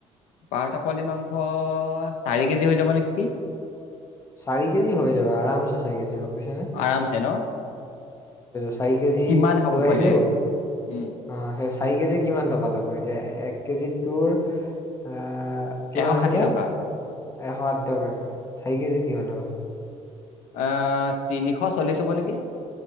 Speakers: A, on the left (about 85°); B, on the left (about 25°).
A: বাৰটা পোৱলি মাংস চাৰি কেজি হৈ যাব নেকি?
B: চাৰি কেজি হৈ যাব, আৰামচে চাৰি কেজি হ'ব বুজিছনে।
A: আৰামছে ন'।
B: চাৰি কেজি
A: কিমান খাব
B: লৈ
A: পোৱালিয়ে
B: আহিলো। অ',
A: উম,
B: সেই চাৰি কেজি টকা ল'ব? এক কেজিত তোৰ আহ' কিমান
A: এশ ষাঠি
B: আছিলে
A: টকা
B: এশ আঠ টকাকে চাৰি কেজি কিমান হ'ব?
A: অ', তিনিশ চল্লিশ হ'ব নেকি?